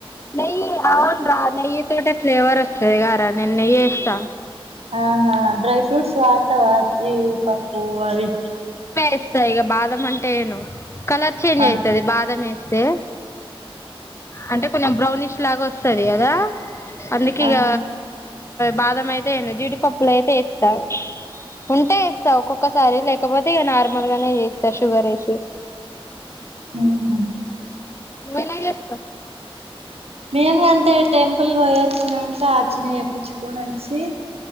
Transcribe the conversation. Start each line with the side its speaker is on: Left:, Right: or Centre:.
Left: నెయ్యి అవునరా నెయ తోట ఫ్లేవర్ వస్తుంది గారా నేన్నె చేస్తా
Right: ఆా డ్రై ఫ్రూట్స్ వాడతవా పోవరి
Left: ఇస్తా ఇ బామ్ం అంట ను కలర్ చ చేంజ్
Right: ఆ
Left: అవుతుది బా మేస్త స అంటే కొంచెం బ్రౌనిష్ లాగా వస్తుంది కదా అందుకి
Right: ఆ ఆ
Left: ఇక బాదం అయితేను జీడిపప్పులు అయితే వేస్తావు ఉంటే ఇేస్తా ఒక్కొక్క సరే లేకపోతే ఇక నార్మల్ గానే చేస్తారు షుగర్ వేసి
Right: హుహు
Left: నువ్వెలా చేస్తావ్
Right: మేము అంతే టెంపుల్ పోయివచ్చినంక అర్చన చేప్పించుకొని వచ్చి